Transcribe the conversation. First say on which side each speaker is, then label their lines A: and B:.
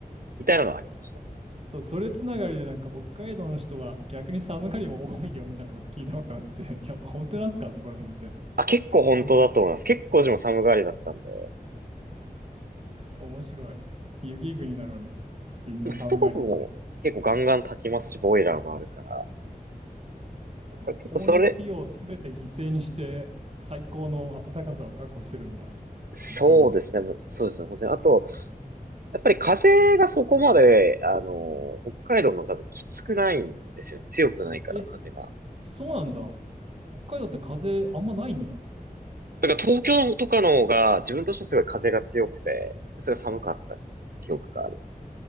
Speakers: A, on the right; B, on the right.
A: みたいなのはありました。
B: そう、それつながりでなんか北海道の人は逆に寒がりも多いよみたいなこと聞いたことあって <laughs> やっぱ本当なんすかそこら辺って。
A: あ、結構本当だと思います。
B: なんか
A: 結構自も寒がりだったんで、
B: 面白い。雪国なのにみんな寒がりって。
A: ストーブも結構ガンガン炊きますし、ボイラーもあるから、だから結構それ、
B: まあ光熱費用を全て犠牲にして最高の暖かさを確保してるんだ。
A: そうですね。
B: 本当に。
A: そうですね。本当に。あと、やっぱり風がそこまで、あの、北海道の方がきつくないんですよね。強くないから、
B: え、
A: 風が。
B: そうなんだ。北海道って風あんまないんだ。
A: だから東京とかの方が、自分としてはすごい風が強くて、それが寒かった記憶があります。